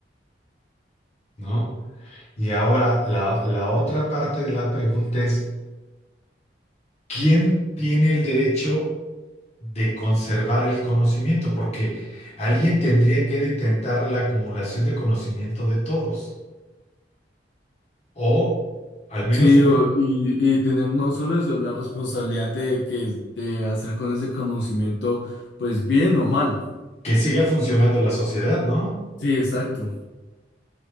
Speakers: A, on the left (about 35°); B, on the left (about 85°).
A: ¿no? Y ahora la, la otra parte de la pregunta es, ¿quién tiene el derecho de conservar el conocimiento? Porque alguien tendría que detentar la acumulación de conocimiento de todos, o al menos
B: Sí,
A: su
B: o-
A: co-
B: y, y tener no solo eso, la responsabilidad de que de hacer con ese conocimiento, pues bien o mal.
A: que siga funcionando la sociedad, ¿no?
B: Sí, exacto.